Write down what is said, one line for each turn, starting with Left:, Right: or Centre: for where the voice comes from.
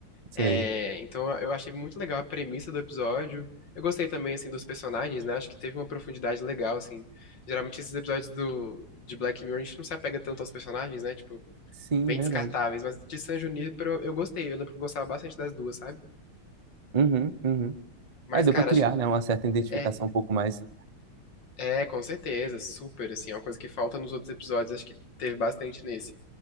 Right: sei.
Left: É, então eu achei muito legal a premissa do episódio. Eu gostei também, assim, dos personagens, né? Acho que teve uma profundidade legal, assim. Geralmente esses episódios do, de Black Mirror a gente não se apega tanto aos personagens, né? Tipo,
Right: Sim,
Left: bem
Right: é verdade.
Left: descartáveis. Mas de San Junipero eu eu gostei. Eu lembro que eu gostava bastante das duas, sabe?
Right: Uhum, uhum.
Left: Mas,
Right: É, deu
Left: cara,
Right: pra criar,
Left: acho que
Right: né, uma certa identificação
Left: é,
Right: um pouco mais.
Left: é, com certeza, super, assim. É uma coisa que falta nos outros episódios. Acho que teve bastante nesse.